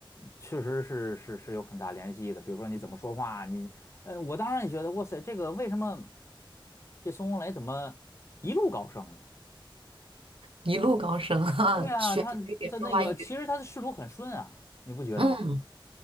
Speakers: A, on the left; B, on the right.
A: 确实是是是有很大联系的。比如说你怎么说话，你，嗯，我当然也觉得，哇塞，这个为什么这孙红雷怎么一路高升呢？
B: 一路高升啊，
A: 对啊，
B: <laughs> 学一点说话一术。
A: 他他那个其实他的仕途很顺啊，你不觉得吗？
B: 嗯，